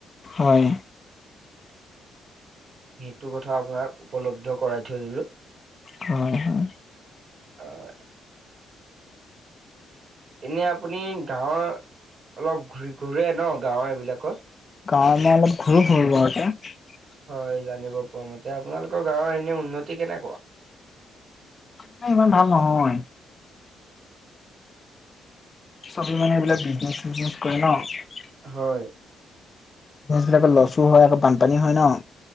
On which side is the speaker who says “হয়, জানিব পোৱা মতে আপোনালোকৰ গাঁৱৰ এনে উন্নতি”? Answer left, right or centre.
Right